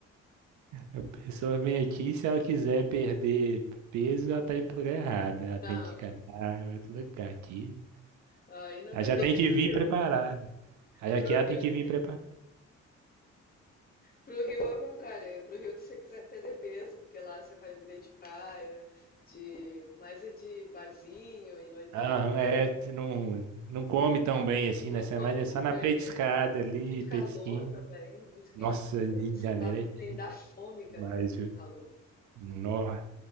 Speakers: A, on the right (about 70°); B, on the left (about 30°).
A: a pessoa vem aqui, se ela quiser perder peso, ela tá indo pro lugar errado, né? Ela
B: Não,
A: tem que catar outro lugar aqui.
B: aí não
A: Ela
B: dá.
A: já
B: Tem
A: tem
B: que
A: que
B: ir pro
A: vir
B: Rio.
A: preparada. Aí Aqui
B: Pro
A: ela
B: Rio,
A: tem que
B: sim.
A: vir preparada.
B: Pro Rio é o contrário. É pro Rio que você quiser perder peso, porque lá você vai viver de praia, de mais é de barzinho e noitada.
A: Aham, é, você não, não come tão bem assim,
B: Não
A: né? Você
B: come
A: é mais é
B: também.
A: só na petiscada
B: é
A: ali,
B: Muito
A: petisquinho.
B: calor também, muito
A: Nossa,
B: quente. Putz,
A: Rio de Janeiro
B: não dava
A: é
B: nem
A: quente
B: dá fome, cara,
A: demais,
B: com
A: viu?
B: o calor.
A: Nó.